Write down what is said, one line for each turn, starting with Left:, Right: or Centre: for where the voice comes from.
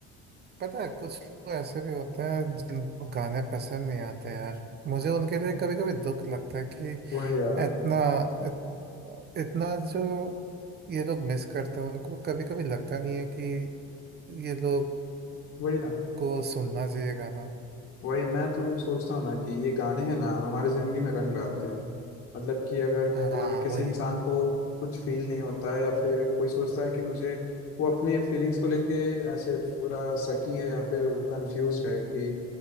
Right: पता है कुछ लोग ऐसे भी होते हैं जिनको गाने पसंद नहीं आते यार मुझे उनके लिए कभी कभी दुख लगता है कि
Left: वही यार
Right: इतना इत, इतना जो ये लोग मिस करते हैं उनको कभी कभी लगता नहीं है कि ये लोग
Left: वही ना
Right: को सुनना चाहिए गाना
Left: वही मैं तो सोचता हूँ ना कि ये गाने हैं ना हमारी जिंदगी में रंग डालते हैं मतलब कि अगर
Right: हाँ
Left: कोई किसी
Right: वही
Left: इंसान को कुछ फील नहीं होता है या फिर कोई सोचता है कि मुझे वो अपने फीलिंग्स को लेके ऐसे पूरा सकी है या फिर वो कंफ्यूज्ड है कि